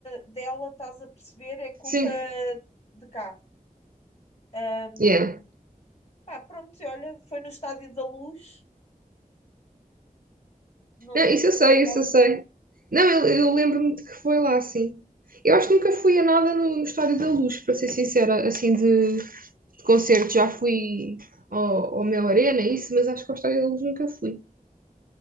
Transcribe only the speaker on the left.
dela, estás a perceber? É culpa
de cá. Um,
pá, pronto, e olha, foi no Estádio da Luz, não
sei
se
tu és de
algum,